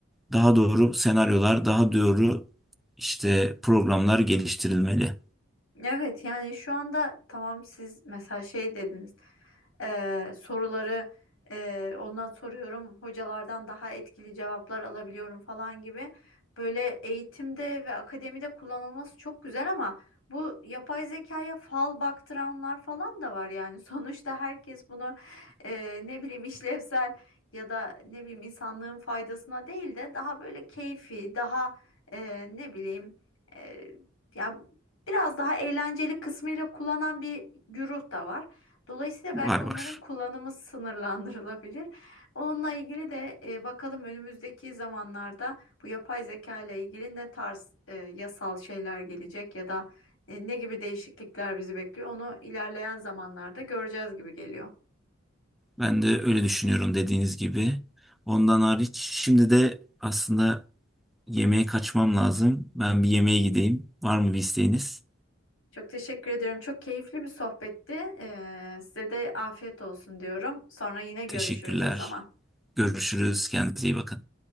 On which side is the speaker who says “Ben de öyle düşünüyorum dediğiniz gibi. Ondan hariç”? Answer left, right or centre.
Centre